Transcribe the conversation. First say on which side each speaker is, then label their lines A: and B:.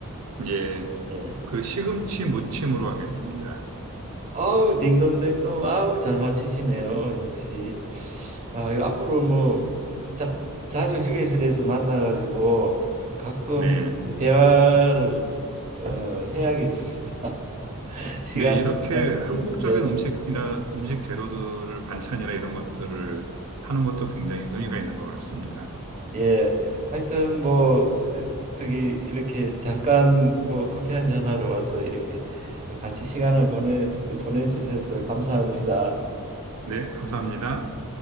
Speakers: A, on the right; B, on the right.
A: 예.
B: 예.
A: 그 시금치 무침으로 하겠습니다.
B: 아우 딩동댕동 아우 잘 맞히시네요 역시 아 이거 앞으로 뭐 자, 자주 휴게실에서 만나가지고 가끔
A: 네.
B: 대화를 어, 해야겠습니다 <laughs> 시간
A: 네, 이렇게
B: 가지고
A: 한국적인
B: 좋겠네요.
A: 음식이나 음식 재료들을 반찬이나 이런 것들을 하는 것도 굉장히 의미가 있는 것 같습니다.
B: 예 하여튼 뭐 저기 이렇게 잠깐 뭐 커피 한 잔 하러 와서 이렇게 같이 시간을 보내 보내주셔서 감사합니다.
A: 네, 감사합니다.